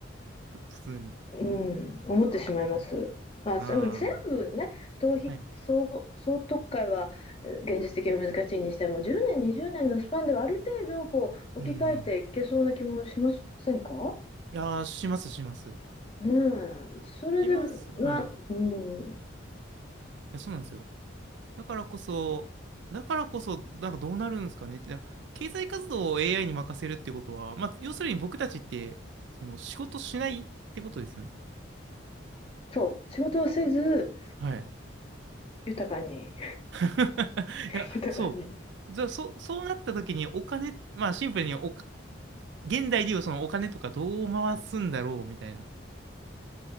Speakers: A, on the right; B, on the left.
A: ふ普通に。
B: うん、思ってしまいます。まあ、
A: あ
B: その全部ね、逃避、
A: あ、はい。
B: 総、総特会はえー現実的に難しいにしても、10年、20年のスパンではある程度こう置き換えていけそうな気もしませんか
A: うんうん。いやー、しますします。
B: ねえ、それで、
A: いますよ。
B: な、
A: はい。い
B: うん、
A: や、そうなんですよ。だからこそ、だからこそ、なんかどうなるんですかねって、だから経済活動を AI に任せるってことは、まあ、要するに僕たちって、その仕事しないってことですよね。
B: そう、仕事をせず、
A: はい。
B: 豊かに、
A: <laughs>
B: <laughs>
A: いや、
B: 豊かに、
A: そう。じゃあ、そ、そうなった時にお金、まあ、シンプルにお、現代でいうそのお金とかどう回すんだろうみたいな。